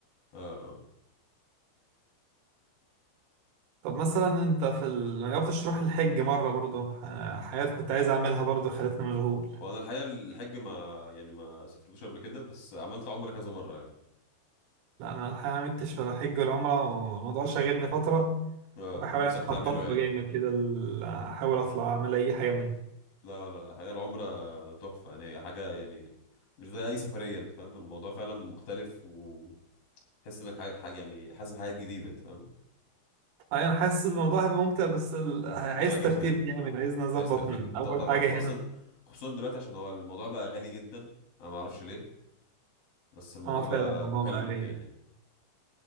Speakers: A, on the left; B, on the right.
A: آه.
B: طب مثلا انت في ال... ما جربتش تروح الحج مرة برضو أنا حاجات كنت عايز اعملها برضو خلتني مشغول
A: وانا الحقيقة الحج ما يعني ما سافرتوش قبل كده بس عملت عمرة كذا مرة يعني
B: لا انا الحقيقة ما عملتش ولا حج ولا عمرة والموضوع شاغلني فترة
A: اه
B: وبحاول
A: نفسك
B: يعني اخطط
A: تعمله يعني
B: له جامد كده ال- احاول اطلع اعمل اي حاجة منهم
A: لا لا الحقيقة العمرة تحفة يعني هي حاجة يعني مش زي اي سفرية انت فاهم الموضوع فعلا مختلف وتحس انك حاجة حاجة يعني حاسس بحاجات جديدة انت فاهم
B: أي انا حاسس الموضوع هيبقى ممتع بس ال... عايز
A: ممتع جدا
B: ترتيب جامد عايز نظبط
A: عايز ترتيب
B: من اول
A: ط- طبعا
B: حاجة
A: واصلا
B: هنا
A: خصوصا دلوقتي عشان هو الموضوع بقى غالي جدا انا ما اعرفش ليه بس الموضوع
B: اه فعلا
A: بقى
B: الموضوع
A: مكلف
B: بقى غالي
A: يعني